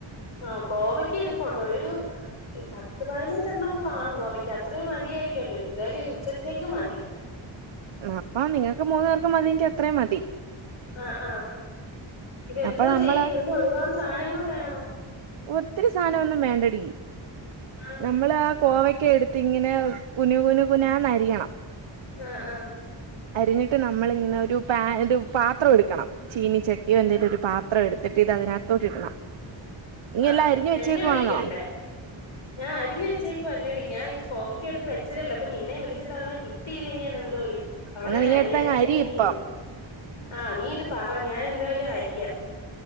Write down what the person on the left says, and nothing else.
ആഹ് കോവക്കരിപ്ണ്ടോ ഒരു ഇ പത്ത് പതിനഞ്ചണ്ണം കാണും ഗോമക്ക് അത്രയും മതിയായിരിക്കുല്ലോ എന്തായാലും ഉച്ചത്തേക്ക് മതി
ആ ആഹ ഇതെന്തോ
ചെയ്യണം ഇതിന് ഒരുപാട് സാധനങ്ങൾ വേണോ
ആ
ആഹ് ആഹ്
ആ
ആ
എണ്ണ ഒഴിക്കണ്ടേ ഞാൻ അരിഞ് വച്ചേക്കു അല്ലടീ ഞാ ഈ കോവക്ക എടുത്ത് വെച്ചതെള്ളൂ അപ്പ നിന്നെ വിളിച്ചിട്ട തവാ കിട്ടയില്ലങ്കി ഞാന് എന്തോയ്യും അവടെ
അരിയാനായിട്ട്
നിന്നില്ല
ആഹ നീ ഇത് പറ ഞാൻ എന്തായാലും അരിയാം